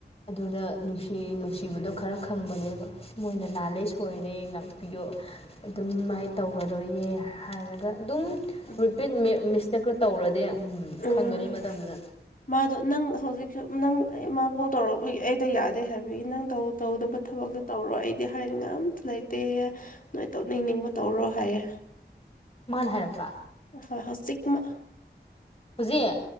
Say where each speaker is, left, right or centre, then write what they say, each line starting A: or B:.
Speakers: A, on the left; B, on the left.
A: ꯑꯗꯨꯅ ꯅꯨꯡꯁꯤ ꯅꯨꯡꯁꯤꯕꯗꯣ ꯈꯔ ꯈꯪꯕꯅꯦꯕ ꯃꯣꯏꯅ ꯂꯥꯜꯂꯦ ꯁꯣꯏꯔꯦ ꯉꯥꯛꯄꯤꯌꯣ ꯑꯗꯨꯝ ꯃꯥꯏ ꯇꯧꯔꯔꯣꯏꯌꯦ ꯍꯥꯏꯔꯒ ꯑꯗꯨꯝ
B: ꯎꯝ
A: ꯔꯤꯄꯤꯠ ꯃꯤ ꯃꯤꯁꯇꯦꯛꯇꯣ ꯇꯧꯔꯗꯤ ꯎꯝ
B: ꯎꯝ
A: ꯈꯪꯒꯅꯤ ꯃꯇꯝꯗꯨꯗ
B: ꯃꯥꯗꯣ ꯅꯪ ꯍꯧꯖꯤꯛꯁꯨ ꯅꯪ ꯃꯥ ꯀꯣꯜ ꯇꯧꯔꯛꯄꯒꯤ ꯑꯩꯗꯣ ꯌꯥꯗꯦ ꯍꯥꯏꯕꯒꯤ ꯅꯪ ꯇꯧ ꯇꯧꯗꯕ ꯊꯕꯛꯇꯣ ꯇꯧꯔꯣ ꯑꯩꯗꯤ ꯍꯥꯏꯅꯤꯡꯉꯥꯏ ꯑꯃꯇ ꯂꯩꯇꯦꯌꯦ ꯅꯣꯏ ꯇꯧꯅꯤꯡꯅꯤꯡꯕ ꯇꯧꯔꯣ ꯍꯥꯏꯌꯦ
A: ꯃꯥꯅ ꯍꯥꯏꯔꯛꯄ
B: ꯍꯣꯏ ꯍꯧꯖꯤꯛꯃꯛ
A: ꯍꯨꯖꯤꯛ